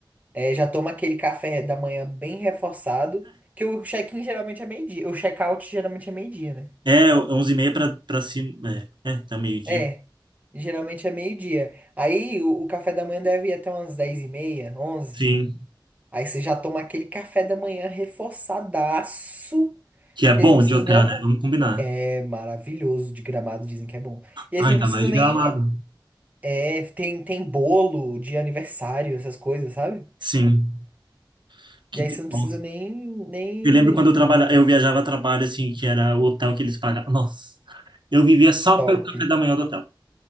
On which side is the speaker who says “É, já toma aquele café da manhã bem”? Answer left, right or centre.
Right